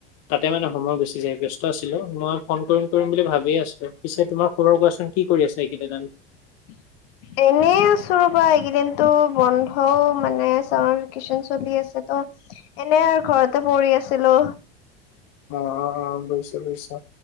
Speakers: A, on the left; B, on the left.
A: তাতে মানে সময় গুছি যায়, ব্যস্ত আছিলোঁ, মই ফোন কৰিম কৰিম বুলি ভাবিয়েই আছোঁ। পিছে তোমাৰ খৰৰ কোৱাচোন কি কৰি আছে এইকেইদিন <unintelligible>
B: <unintelligible> এনেই আছো ৰ'বা এইকেইদিনতো বন্ধও মানে চামাৰ ভেকেশচন চলি আছে তো এনে আৰু ঘৰতে পৰি আছিলো।
A: অ', অ', অ', বুজিছোঁ বুজিছোঁ।